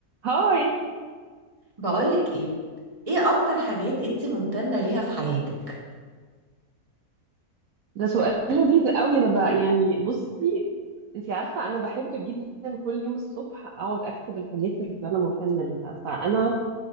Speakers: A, on the right; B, on the right.
A: هاي
B: بقولك ايه ايه اكتر حاجات انت ممتنة ليها في حياتك
A: ده سؤال لذيذ قوي انا بقى يعني بصي انت عارفه انا بحب جدا كل يوم الصبح اقعد اكتب الحاجات اللي انا ممتنه ليها فانا